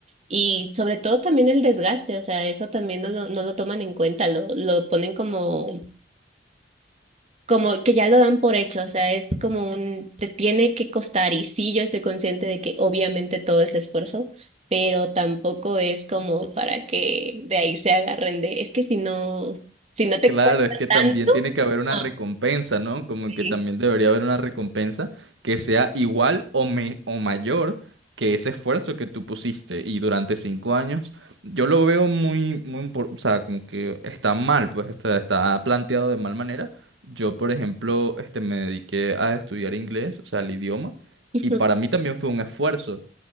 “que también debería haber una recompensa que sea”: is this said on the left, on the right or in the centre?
Right